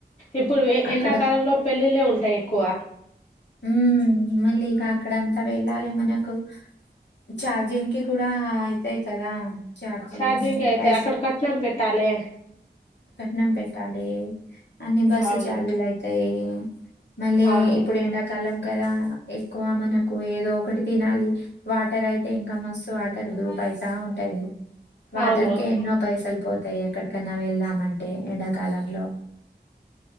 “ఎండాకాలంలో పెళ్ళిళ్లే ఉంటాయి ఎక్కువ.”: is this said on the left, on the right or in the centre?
Left